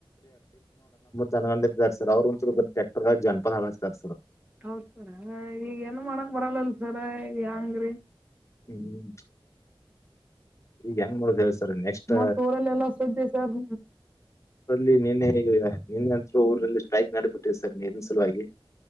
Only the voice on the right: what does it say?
ಹೌದ ಸರ ಈಗ ಏನ್ ಮಾಡಕ್ ಬರಲ್ಲಲ್ ಸರ ಹೆಂಗ್ರೀ
ಮತ್ತ ಊರಲ್ಲ ಎಲ್ಲಾ ಸುದ್ದಿ ಸರ್